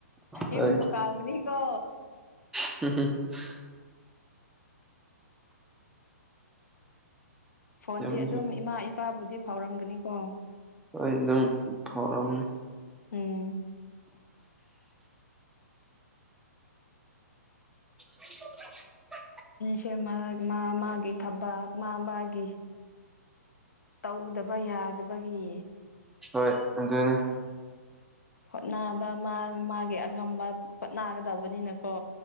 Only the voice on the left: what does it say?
ꯌꯨꯝꯕꯨ ꯀꯥꯎꯕꯅꯤꯀꯣ
ꯐꯣꯟꯗꯤ
ꯑꯗꯨꯝ ꯏꯃꯥ ꯏꯄꯥꯕꯨꯗꯤ ꯐꯥꯎꯔꯝꯒꯅꯤꯀꯣ
ꯎꯝ
ꯁꯦ ꯃꯥ ꯃꯥꯒꯤ ꯊꯕꯛ ꯃꯥ ꯃꯥꯒꯤ ꯇꯧꯗꯕ ꯌꯥꯗꯕꯒꯤ
ꯍꯣꯠꯅꯕ ꯃꯥ ꯃꯥꯒꯤ ꯑꯉꯝꯕ ꯍꯣꯠꯅꯒꯗꯕꯅꯤꯅꯀꯣ